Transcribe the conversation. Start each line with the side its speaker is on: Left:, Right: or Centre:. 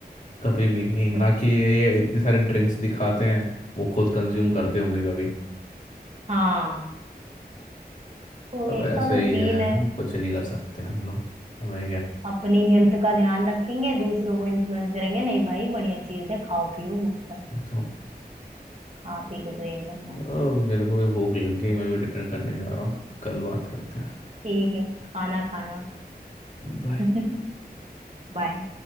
Left: कभी भी नहीं ना
Right: करते
Left: कि ये ये इतने सारे ड्रिंक्स दिखाते हैं वो खुद कंज्यूम करते होंगे कभी
Right: हाँ तो
Left: अब
Right: ये ऐसा
Left: ऐसे
Right: तो
Left: ही
Right: सीन
Left: है
Right: है
Left: कुछ नहीं कर सकते हम लोग हमें
Right: अपनी हेल्थ का ध्यान रखेंगे दूसरों को इन्फ्लुएंस करेंगे नहीं भाई बढ़िया चीज है खाओ पियो मस्त रहो
Left: क्या
Right: खा पी के तो एकदम मस्त
Left: अब
Right: ही हुए
Left: मेरे
Right: जा
Left: को
Right: रहे
Left: भी
Right: हैं
Left: भूख लग गई मैं भी डिनर करने जा रहा हूँ कल बात करते हैं
Right: ठीक है खाना खाना
Left: बाय
Right: <laughs> बाय